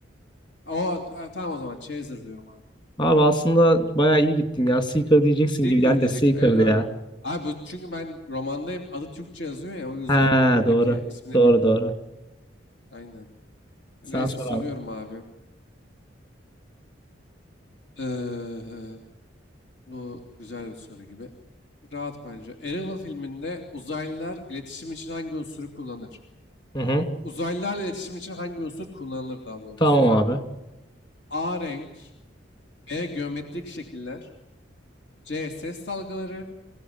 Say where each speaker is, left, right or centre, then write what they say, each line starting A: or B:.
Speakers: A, on the left (about 70°); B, on the left (about 25°).
A: O e, tamam o zaman Chaser diyorum abi.
B: Abi aslında bayağı iyi gittim ya. Seeker diyeceksin
A: Seeker
B: gibi geldi
A: diyeceksin.
B: de Seeker'dı
A: Evet abi.
B: ya.
A: Abi bu, çünkü ben romanda hep adı Türkçe yazıyor ya o yüzden
B: Ha
A: buradaki
B: doğru.
A: ismini
B: Doğru
A: bir
B: doğru.
A: aynen.
B: Sen
A: Neyse
B: sor
A: soruyorum
B: abi.
A: abi. Ee, bu güzel bir soru gibi. Rahat bence. Arrival filminde uzaylılar iletişim için hangi unsuru kullanır?
B: Hı hı.
A: Uzaylılarla iletişim için hangi unsur kullanılır daha doğrusu?
B: Tamam abi.
A: A renk, B geometrik şekiller, C. Ses dalgaları.